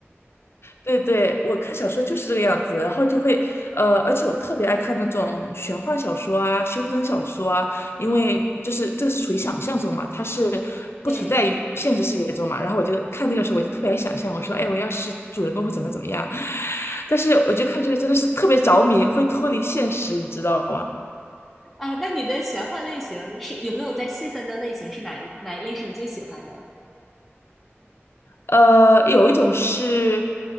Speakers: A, on the left (about 60°); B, in the centre.
A: 对对，我看小说就是这个样子，然后就会，呃，而且我特别爱看那种玄幻小说啊、修真小说啊，因为就是这个是属于想象中嘛，它是不存在于现实世界中嘛。
B: 对
A: 然后我就看这个时候，我就特别爱想象，我说，哎，我要是主人公会怎么怎么样。<laughs> 但是我觉得看这个真的是特别着迷，会脱离现实，你知道吗？
B: 啊，那你的玄幻类型是有没有在细分的类型是哪一哪一类是你最喜欢的？
A: 呃，有一种是